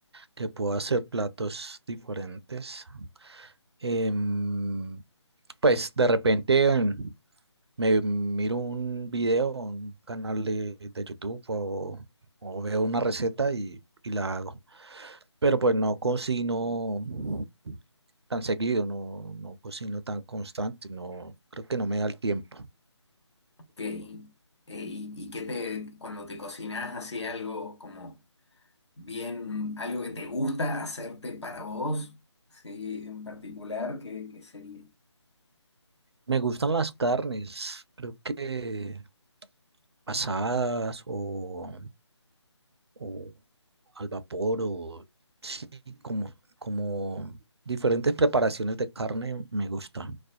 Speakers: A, on the right; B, on the left.
A: que puedo hacer platos diferentes. Em, pues de repente em, me miro un video, un canal de, de YouTube o, o veo una receta y, y la hago. Pero pues no cocino tan seguido, no, no cocino tan constante, no, creo que no me da el tiempo.
B: Ok. Eh, ¿y, y qué te, cuando te cocinas así algo como bien, algo que te gusta hacerte para vos, sí, en particular, ¿qué, qué sería?
A: Me gustan las carnes, creo que asadas o o al vapor o sí, como, como diferentes preparaciones de carne me gusta.